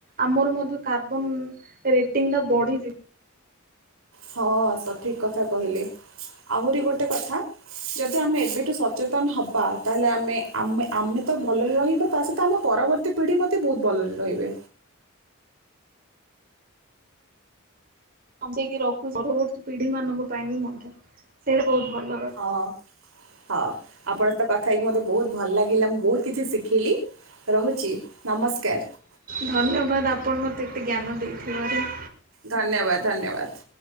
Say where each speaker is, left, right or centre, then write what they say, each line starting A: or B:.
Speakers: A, on the right; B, on the right.
A: ଆମର ମଧ୍ୟ କାର୍ବନ ରେଟିଂ ଟା ବଢିଯିବ।
B: ହଁ ସଠିକ୍ କଥା କହିଲେ ଆହୁରି ଗୋଟେ କଥା। ଯଦି ଆମେ ଏବେଠୁ ସଚେତନ ହବା ତାହେଲେ ଆମେ <inaudible> ଆମ ଆମେ ତ ଭଲରେ ରହିବା ତା ସହିତ ଆମ ପରବର୍ତ୍ତୀ। ମତେ ପିଢ଼ି ମତେ ବହୁତ ଭଲରେ ରହିବେ।
A: ବଞ୍ଚେଇକି ରଖୁଛ ପରବର୍ତ୍ତୀ ପିଢି ମାନଙ୍କ ପାଇଁ ବି ମଧ୍ୟ ସେଇଟା ବହୁତ ଭଲ। କଥା
B: ହଁ- ହଁ ଆପଣ ତ କଥା ହେଇକି ମତେ ବହୁତ ଭଲ ଲାଗିଲା ମୁଁ ବହୁତ କିଛି ଶିଖିଲି। ରହୁଛି ନମସ୍କାର।
A: ଧନ୍ୟବାଦ ଆପଣ ମୋତେ ଏତେ ଜ୍ଞାନ ଦେଇଥିବାରୁ।
B: ଧନ୍ୟବାଦ ଧନ୍ୟବାଦ।